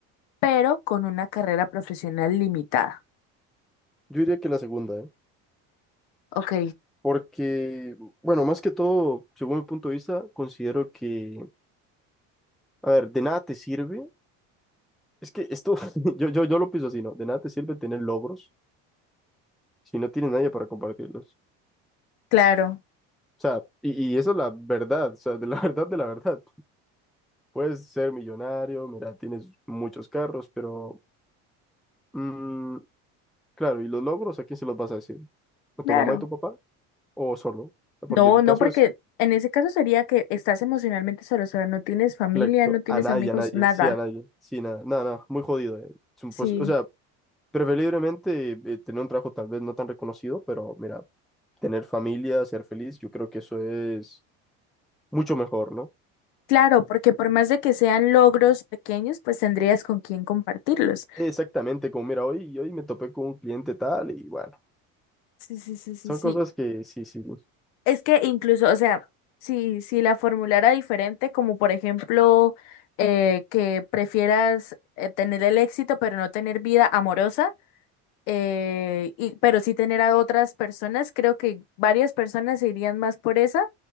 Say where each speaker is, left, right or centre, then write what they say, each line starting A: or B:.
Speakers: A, on the left (about 80°); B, in the centre.
A: pero con una carrera profesional limitada?
B: yo diría que la segunda, ¿eh?
A: Ok,
B: Porque, bueno, más que todo, según mi punto de vista, considero que, a ver, de nada te sirve. Es que esto, <laughs> yo, yo, yo lo pienso así, ¿no? De nada te sirve tener logros si no tienes nadie para compartirlos.
A: claro,
B: O sea, y, y eso es la verdad, o sea, de la <laughs> verdad, de la verdad. Puedes ser millonario, mira, tienes muchos carros, pero mm, claro, ¿y los logros a quién se los vas a decir? ¿A
A: claro.
B: tu mamá y tu papá? ¿O solo? Porque
A: No,
B: el
A: no,
B: caso
A: porque
B: es,
A: en ese caso sería que estás emocionalmente solo, o sea, no tienes familia,
B: exacto,
A: no tienes
B: a nadie,
A: amigos,
B: a nadie,
A: nada.
B: sí, a nadie, sí, nada, nada, nada, muy jodido. eh. Es un
A: Sí.
B: pos- o sea, preferiblemente eh, eh, tener un trabajo tal vez no tan reconocido, pero mira, tener familia, ser feliz, yo creo que eso es mucho mejor, ¿no?
A: Claro, porque por más de que sean logros pequeños, pues tendrías con quién compartirlos.
B: Exactamente, como mira, hoy, hoy me topé con un cliente tal y bueno,
A: Sí, sí, sí, sí,
B: son
A: sí.
B: cosas que sí, sí.
A: Es que incluso, o sea, si, si la formulara diferente, como por ejemplo, eh, que prefieras eh, tener el éxito pero no tener vida amorosa, eh, y, pero sí tener a otras personas, creo que varias personas se irían más por esa